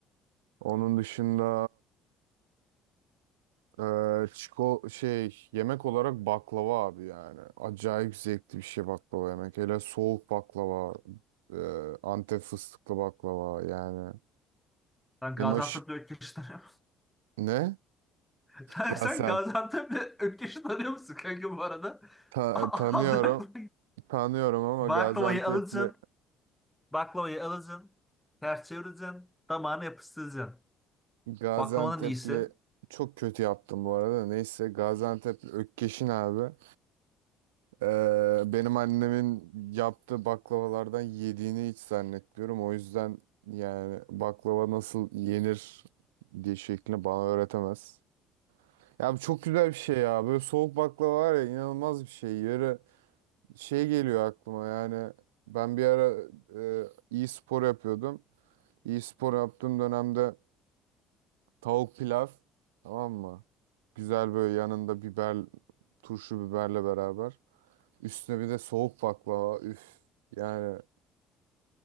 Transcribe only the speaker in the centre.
Sen
Gaziantep'le Ökkeş'i tanıyor musun?
<laughs> Sen,
sen Gaziantep'le Ökkeş'i tanıyor musun kanka bu arada?
A-
Az baklava,
baklavayı
alacaksın. Baklavayı alacaksın. Ters çevireceksin. Damağına yapıştıracaksın.
Baklavanın iyisi.